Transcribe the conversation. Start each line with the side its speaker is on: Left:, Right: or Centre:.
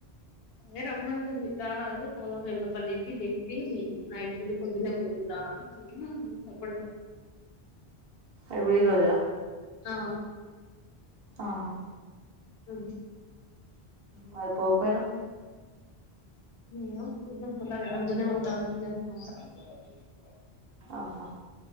Left: అదె రమ్మంటుంది రారదు పోదాం వెళ్లపల్లికి దింపి నైట్ ఉండి పొద్దునే పోదువు రా <unintelligible>
Right: ఎపుడు ఈ రోజా
Left: ఆ
Right: ఆహా
Left: మ్
Right: మరిపోకపోయర
Left: <unintelligible>
Right: ఆహ